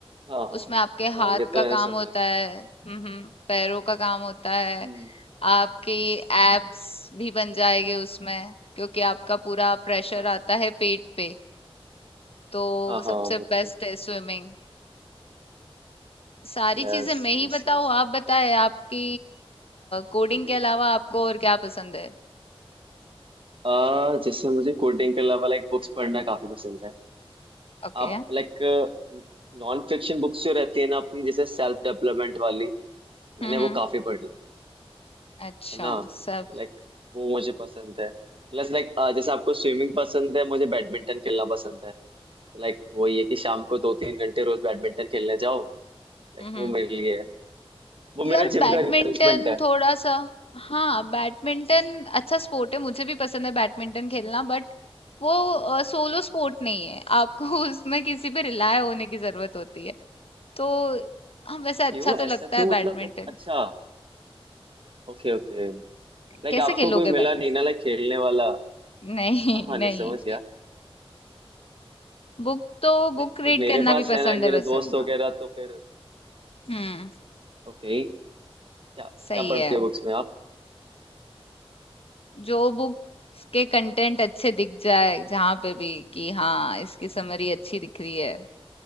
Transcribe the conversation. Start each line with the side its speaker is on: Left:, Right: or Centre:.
Right: हाँ हाँ
Left: उसमें आपके
Right: हाँ
Left: हाथ
Right: ये तो
Left: का
Right: मैंने
Left: काम
Right: सुना
Left: होता
Right: है
Left: है हम्म हम्म, पैरों का काम होता है
Right: हम्म
Left: आपके एब्स भी बन जाएंगे उसमें क्योंकि आपका पूरा प्रेशर
Right: हाँ
Left: आता है पेट पे तो
Right: हाँ हाँ,
Left: सबसे
Right: वो तो
Left: बेस्ट है स्विमिंग सारी
Right: Yes
Left: चीजें मैं ही
Right: yes
Left: बताऊँ
Right: yes
Left: आप बताएं आपकी कोडिंग
Right: <clears throat>
Left: के अलावा आपको और क्या पसंद है
Right: आ, जैसे मुझे कोडिंग के अलावा लाइक बुक्स पढ़ना काफी पसंद है
Left: ओके
Right: आप लाइक नॉन फिक्शन बुक्स जो रहती है ना अपनी जैसे सेल्फ डेवलपमेंट वाली मैंने
Left: हम्म हम्म
Right: वो काफी पढ़ी
Left: अच्छा
Right: है ना
Left: सब
Right: लाइक वो मुझे पसंद है प्लस लाइक जैसे आपको स्विमिंग पसंद है मुझे बैडमिंटन खेलना पसंद है लाइक वही है कि शाम को दो तीन घंटे रोज बैडमिंटन खेलने जाओ लाइक
Left: हम्म
Right: वो मेरे लिए है वो मेरा
Left: यार
Right: जिम
Left: बैडमिंटन
Right: का रिप्लेसमेंट है
Left: थोड़ा सा हाँ बैडमिंटन अच्छा स्पोर्ट है मुझे भी पसंद है बैडमिंटन खेलना बट वो सोलो स्पोर्ट नहीं है आपको <laughs> उसमें किसी पे रिलाय होने की जरूरत होती है तो हाँ वैसे अच्छा
Right: क्यों
Left: तो
Right: ऐसा
Left: लगता
Right: क्यों
Left: है
Right: मतलब
Left: बैडमिंटन
Right: लाइक अच्छा ओके ओके लाइक
Left: कैसे
Right: आपको
Left: खेलोगे
Right: कोई मिला
Left: बैडमिंटन
Right: नहीं ना लाइक खेलने वाला
Left: <laughs> नहीं
Right: हाँ हाँ
Left: नहीं
Right: नहीं समझ गया
Left: बुक तो
Right: नहीं
Left: बुक
Right: बट
Left: रीड
Right: मेरे
Left: करना
Right: पास
Left: भी पसंद
Right: है लाइक मेरे
Left: है वैसे
Right: दोस्त
Left: मेरा।
Right: वगैरह तो फिर
Left: हम्म
Right: ओके क्या क्या
Left: सही
Right: पढ़ते
Left: है
Right: हो बुक्स में आप
Left: जो बुक्स के कंटेंट अच्छे दिख जाए जहां पे भी कि हाँ इसकी समरी अच्छी दिख रही है